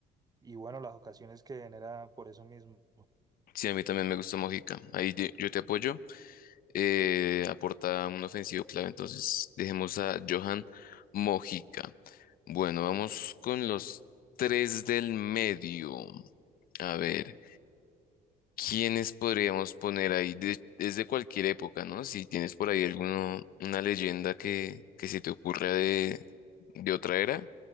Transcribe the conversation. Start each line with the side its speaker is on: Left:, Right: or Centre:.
Right: y bueno, las ocasiones que genera por eso mismo.
Left: sí, a mí también me gusta Mojica. Ahí yo, yo te apoyo. eh, aporta un ofensivo clave, entonces dejemos a Johan Mojica. Bueno, vamos con los tres del medio. A ver, ¿quiénes podríamos poner ahí de- desde cualquier época, ¿no? Si tienes por ahí alguno, una leyenda que, que se te ocurra de, de otra era,